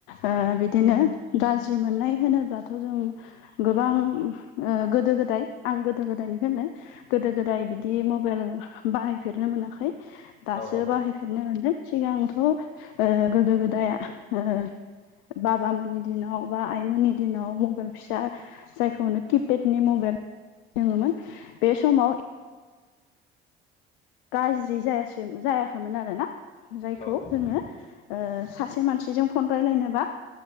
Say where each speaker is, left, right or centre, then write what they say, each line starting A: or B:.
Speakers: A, on the left; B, on the left.
A: ओ बिदिनो गाज्रि मोननाय होनोब्लाथ' जों गोबां ओ गोदो गोदाय आं गोदो गोदायनिखौ होनदों गोदो गोदाय बिदि मबाइल बाहायफेरनो मोनाखै दासो
B: औ औ
A: बाहाय फेरनो मोनदों सिगांथ' ओ गोदो गोदाया ओ बाबामोननि दिनाव बा आइमोननि दिनाव मबाइल फिसा जायखौनो किपेडनि मबाइल दोङोमोन बे समाव गाज्रि जायासै जायाखैमोन आरोना जायखौ
B: औ औ
A: जोङो
B: नंगौ
A: ओ सासे मानसिजों फन रायलायनोबा